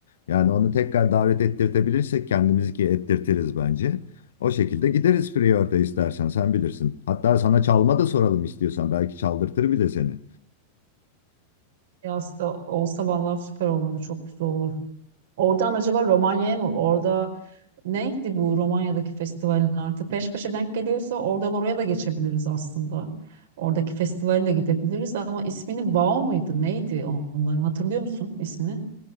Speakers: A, on the left; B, on the right.
A: Yani onu tekrar davet ettirtebilirsek kendimizi ki ettirtiriz bence. O şekilde gideriz Prior'da istersen sen bilirsin. Hatta sana çalma da soralım istiyorsan belki çaldırtır bile seni.
B: Yaz da olsa vallahi süper olurdu. Çok güzel olur. Oradan acaba Romanya'ya mı? Orada neydi bu Romanya'daki festivalin artık? Peş peşe denk geliyorsa oradan oraya da geçebiliriz aslında. Oradaki festivalle gidebiliriz ama ismini Vao mıydı? Neydi onların? Hatırlıyor musun ismini?